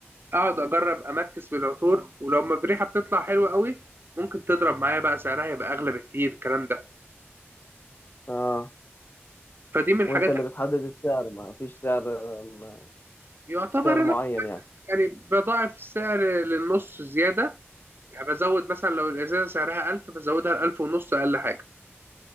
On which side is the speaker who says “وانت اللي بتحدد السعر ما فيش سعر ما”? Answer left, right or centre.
Left